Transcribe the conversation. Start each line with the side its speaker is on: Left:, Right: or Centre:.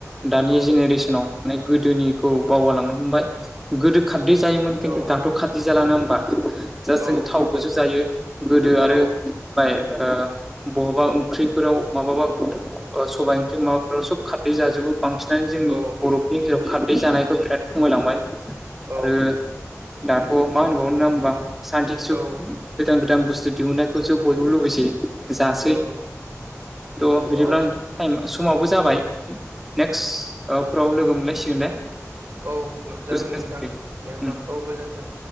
Centre: दानि
Right: औ
Centre: जेनेरेसनाव माने गोदोनिखौ बावगारलांनो हमबाय गोदो खारदै जायोमोन खिन्थु
Right: औ
Centre: दाथ' खारदै जाला नङा होमबा जास्ट
Right: औ
Centre: जों थावखौसो
Right: जाला
Centre: जायो
Right: दा
Centre: गोदो आरो
Right: औ
Centre: बाय ओ बहाबा ओंख्रिफोराव माबाबा सबाय ओंख्रि माबाफोराव सब खारदै जाजोबो बांसिनानो जोंनि
Right: औ
Centre: बर'नि गेजेराव खारदै जानायखौ बिराद खमायलांबाय
Right: औ
Centre: आरो दाथ' मा होनबावनो नङा होमबा सान्ति सुख
Right: औ
Centre: गोदान गोदान बुस्थु दिहुननायखौसो बयबो लुबैसै जासै
Right: औ
Centre: तह बिदिब्ला
Right: औ
Centre: <inaudible> समाबो जाबाय नेक्स्ट फोराव लोगो मोनलायसिगोन दे
Right: औ
Centre: गोजोननाय
Right: जागोन नोंथां
Centre: थाबाय
Right: दे होमबा औ गोजोनथों